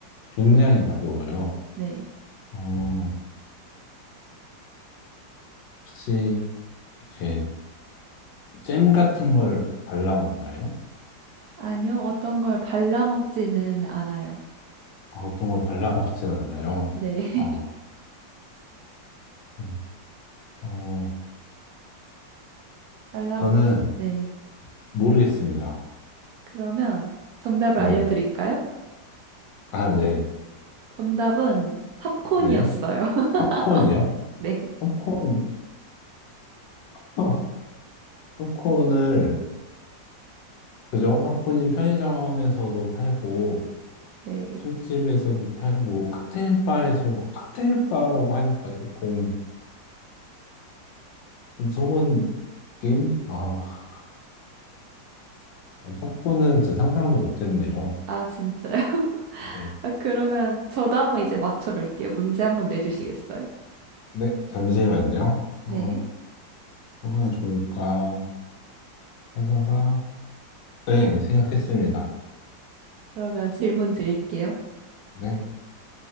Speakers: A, on the left (about 80°); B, on the right (about 70°).
A: 굉장히 가벼워요.
B: 네.
A: 어, 혹시, 이렇게, 잼 같은 걸 발라 먹나요?
B: 아니요, 어떤 걸 발라먹지는 않아요.
A: 아, 어떤 걸 발라 <laughs> 먹진 않아요.
B: 네.
A: 어,
B: <laughs>
A: 음, 어,
B: 발라먹지.
A: 저는
B: 네.
A: 모르겠습니다.
B: 그러면 정답을
A: 네.
B: 알려드릴까요?
A: 아, 네,
B: 정답은 팝콘이었어요.
A: 네.
B: <laughs>
A: 팝콘이요?
B: 네.
A: 팝콘, <laughs> 팝콘을, 그죠? 팝콘이 편의점에서도 팔고,
B: 네.
A: 술집에서도 팔고 칵테일 바에서 칵테일 바라고 하니까 조금 좀 속은 느낌? 아, 팝콘은 진짜 상상도
B: 네.
A: 못했네요.
B: 아, 진짜요? <laughs>
A: 어,
B: 아, 그러면 저도 한번 이제 맞춰볼게요. 문제 한번 내주시겠어요?
A: 네, 잠시만요.
B: 네.
A: 어, 뭐가 좋을까 하다가 네, 생각했습니다.
B: 그러면 질문 드릴게요.
A: 네,